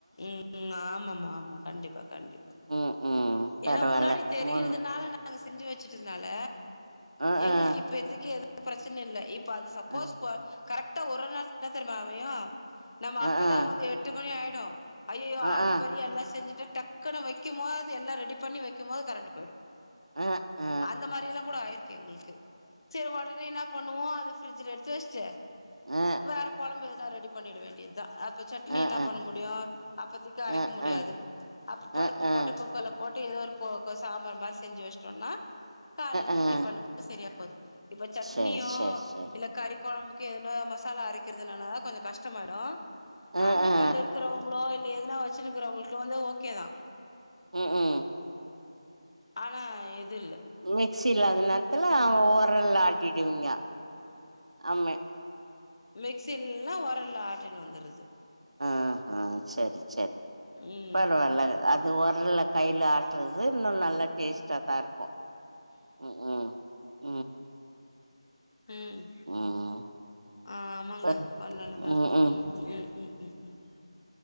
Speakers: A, on the left; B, on the right.
A: ம் ம் ஆமாமா ஆமா கண்டிப்பா கண்டிப்பா
B: ம் ம் பரவால்ல
A: ஏன்னா முன்னாடி தெரியதுனால
B: மூணு
A: நா நாங்க செஞ்சு வச்சுட்டதுனால
B: ஆ
A: எங்களுக்கு
B: ஆ
A: இப்பதக்கி எதுவு ப்ரச்சனை இல்ல இப் இப்ப அது சப்போஸ்
B: ஆ
A: ப கரெக்டா ஒரு ஒரு நாள்தா தெரியுமா அமையு நம்ம
B: ஆ
A: அப்பதா
B: ஆ.
A: வந்து எட் ட்டு மணி ஆயிடு ஐய்யய்யோ
B: அஹ்ஹ
A: அறிபறி எல்லா செஞ்சுட்டு டக்குன்னு வைக்கும் போது எல்லா ரெடி இப்டி பண்ணி வெக்கும் போது கரண்டு போய்டு
B: அஹ்ஹ அஹ்ஹ
A: அந்த மாரி எல்லா கூட ஆயிருக்கு எங்களுக்கு செரி ஒடனே என்ன பண்ணுவோ அத ப்ரட்ஜுல எடுத்து வச்ட்டு
B: அஹ்ஹ
A: வேற கொழம்பு எதாது ரெடி பண்ணிட வேண்டிய தா அப் இப்ப சட்னி
B: அஹ்ஹ
A: என்ன பண்ண முடியு அப்பதக்கு அரைக்க
B: அஹ்ஹ
A: முடியாது அ பருப்பு
B: அஹ்ஹ
A: போட்டு குக்கர்ல போ போட்டு எதோ ஒரு போ கொ சாம்பார் மாரி செஞ்சு வச்சுட்டோன்னா காலையில
B: அஹ்ஹ
A: டிஃபனுக்கு செரியா போது இப்ப சட்னியு
B: சேரி சேரி சேரி
A: இல்ல கறி கொழம்புக்கு எதுனா மசாலா அரைக்கிறதுனாலதா கொஞ்ச கஷ்டமாய்டு
B: அஹ்ஹ
A: அம்மிக்கல்லு இருக்குறவங்களோ இல்ல எதுனா வச்சுன்னு இருக்குறவுங்களுக்கோ வந்து ஓகே தா
B: ம் ம்
A: ஆனா எது இல்ல
B: மிக்ஸி இல்லாத நேரத்துல அவே ஒரல்ல ஆட்டிடுவிங்க அமே
A: மிக்சி இல்லான்னா ஒரல்ல ஆட்டின்னு வந்துர்றது
B: ஆ ஹா செரி செரி
A: ம் ம்
B: பரவாயில்லங்க அது ஒரல்ல கையில ஆட்டுறது இன்னு நல்ல டேஸ்டா தா இருக்கு ம் ம்
A: ம்
B: ம்
A: ஆ ஆமாங்க
B: பர்
A: பண்ணையிலதா
B: ம்ஹும்
A: இருக்கு ம் ம் ம் ம் ம் ம்